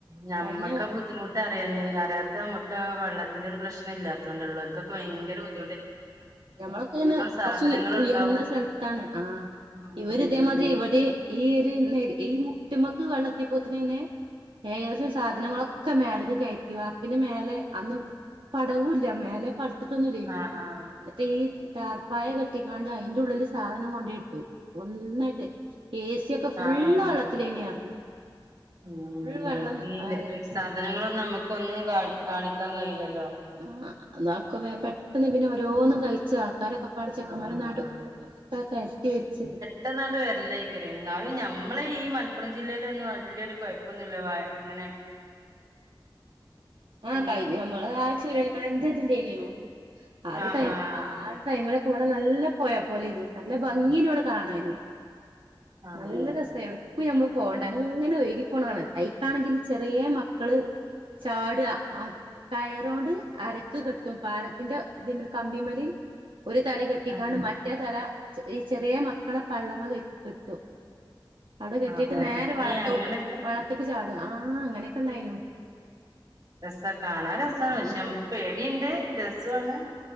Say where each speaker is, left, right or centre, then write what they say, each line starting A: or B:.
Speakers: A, on the right; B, on the right.
A: ഞമ്മക്കാ
B: കഴിഞ്ഞ
A: ബുദ്ധിമുട്ട് അറിയാഞ്ഞെ അറിയാത്തെ നമ്മക്കാ വെള്ളത്തിന്റെ ഒരു പ്രശ്നം ഇല്ലാത് ത്തോണ്ടാ ഇള്ളോൽക്കൊക്കെ ഭയങ്കര ബുദ്ധ്
B: ആഹ് ഞമ്മളൊക്കെ ഇങ്ങനെ
A: സാധനങ്ങളുണ്ടാവും
B: കൊറച്ച് ഉയർന്ന സ്ഥലത്താണ് ആഹ്
A: ഉം
B: ഇവര് ഇതേമാതിരി ഇവിടെ ഈ ഒരു നെര് ഈ മുട്ടിമ്മക്ക് വെള്ളെത്തിപ്പോത്തിന് തന്നെ ഏകദേശം സാധനങ്ങളൊക്കെ മേലേക്ക് കേറ്റി വാർപ്പിന് മേലെ അന്ന് പടവൂല്ലാ മേലെ പടത്തിട്ടൊന്നുല്ലേനി
A: ആഹ് ആഹ്
B: എന്നിട്ട് ഈ ടാർപ്പായ കെട്ടിങ്ങാണ്ട് അയിന്റെ ഉള്ളില് സാധനം കൊണ്ടേയിട്ടു ഒന്നായിട്ട് എ സി ഒക്കെ ഫുള്ള്
A: ആഹ് ആഹ്
B: വെള്ളത്തിലായ്നി പറഞ്ഞ്
A: ഉം
B: ഫുൾ വെള്ളം
A: നമുക്ക് ഈ ഇലക്ട്രിക്
B: ആയി.
A: സാധനങ്ങളൊന്നും നമ്മക്കൊന്നും കാ കാണിക്കാൻ കയ്യൂലല്ലോ.
B: ആഹ് <unintelligible> പെട്ടെന്ന് പിന്നെ ഓരോന്നും കയിച്ചാ ആ കടെക്കപ്പാടെ ചെക്കൻമാര്
A: ആഹ്
B: ഒന്നായിട്ട് കൂടി ഒക്കെ കെയറ്റി വെച്ച്.
A: ട്ടന്നാണ്ട് വെര്ലയ്ക്കാരം ഇന്നാലും ഞമ്മളെ ഈ മലപ്പുറം ജില്ലയിലൊന്നും വല്ല്യൊരു കൊയപ്പൊന്നുല്ല വായ അങ്ങനെ.
B: ആഹ്
A: ഈ
B: കയ്ഞ്ഞമ്മള് ആ ചൂരൽ മഴന്റതില്ലേന്യോ ആ ഒരു
A: ആഹ്
B: ടൈം
A: ആഹ്
B: ആ ടൈമിലൊക്കെ ഇവടെ നല്ല പൊഴ പോലേനി നല്ല ഭംഗിയ്നു ഇവട കാണാന്.
A: ആഹ്
B: നല്ല രസേന്നു. പ്പ ഞ്ഞമ്മള് പോകണ്ട അങ്ങനെ ഒയ്കി പോക്ണ കാണത് അയ്ക്കാണെങ്കില് ചെറ്യേ മക്കള് ചാ ട്വ അ കയറോണ്ട് അരക്ക് കെട്ടും പാലത്തിന്റെ തിമല് കമ്പിമല്. ഒരു തല കെട്ടിക്കാണ്ട്
A: ആഹ്
B: മറ്റേ തല ചെറിയ ചെറിയ മക്കളെ പള്ളമ്മ കെ കെട്ടും. അവ്ടെ കെട്ടീട്ട്
A: ആഹ് ആഹ്
B: നേരെ വളത്തോട്ട്
A: ഏ അങ്ങനൊക്കെ
B: വള്ളത്ത്ക്ക് ചാട ആഹ് അങ്ങനെക്കെണ്ടായിനു.
A: രസ കാണാ രസാണ്
B: ആ
A: പക്ഷെ
B: എന്നിട്ട്
A: നമുക്ക് പേടിണ്ട് രസുവാണ്.